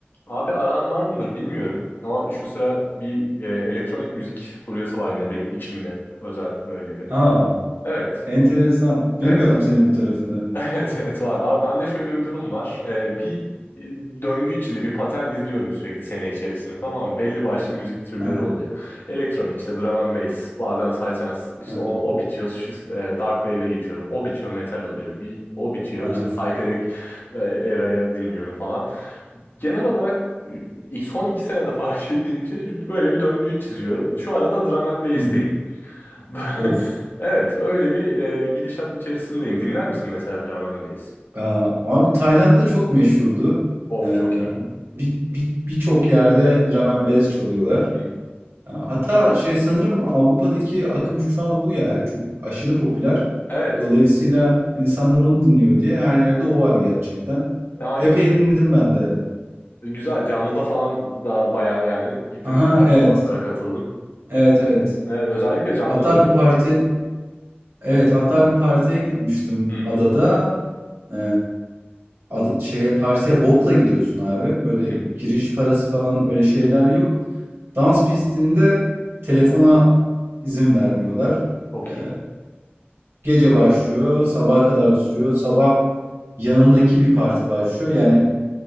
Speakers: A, on the left; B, on the right.
A: Abi aran var mıdır bilmiyorum ama şu sıra bir e, elektronik müzik furyası var yine benim içimde özel böyle bir.
B: A!
A: Evet,
B: Enteresan. Bilmiyordum
A: evet,
B: senin
A: <laughs>
B: bu tarafını.
A: evet, evet var. Abi bende şöyle bir durum var. E, bir e, döngü içinde bir patern izliyorum sürekli sene içerisinde tamam mı? Belli başlı müzik türleri
B: <laughs> Hı hı.
A: oluyor. Elektronik işte drum and bass, bazen psytrance işte
B: Hı hı.
A: o, o bitiyor, şu, e, dark wave'e geçiyorum. O bitiyor, metal oluyor. Bir o bitiyor,
B: Hı hı.
A: işte psychedelic e, era'yı dinliyorum falan. Genel olarak e, son iki senede fark <laughs> ettiğim bir şey çünkü böyle bir döngü çiziyorum. Şu arada drum and bass'teyim.
B: Hı hı.
A: <laughs>
B: Of!
A: Evet, öyle bir e, gidişat içerisindeyim. Dinler misin mesela drum and bass?
B: Aaa, abi Tayland'da çok meşhurdu.
A: Of
B: Eee,
A: çok iyi.
B: bir, bir birçok yerde drum and bass çalıyorlar.
A: Hı hı.
B: Aaa, hatta şey sanırım Avrupa'daki akım şu an bu ya. Çok aşırı popüler.
A: Evet,
B: Dolayısıyla insanlar onu dinliyor diye her yerde o var gerçekten.
A: e, aynen
B: Epey
A: öyle.
B: dinledim ben de.
A: Güzel, canlıda falan da bayağı yani gittim
B: Hı
A: performanslara
B: evet.
A: katıldım.
B: Evet, evet.
A: Evet, özellikle canlıları
B: Hatta bir
A: çok
B: parti
A: keyifli.
B: Evet, hatta bir partiye gitmiştim
A: Hı hı,
B: adada. Ee, adı- şeye partiye botla gidiyorsun abi. Böyle
A: hı hı.
B: giriş parası falan öyle şeyler yok. Dans pistinde telefona izin vermiyorlar.
A: Çok
B: Ee,
A: iyi.
B: gece başlıyor, sabaha kadar sürüyor. Sabah yanındaki bir parti başlıyor. Yani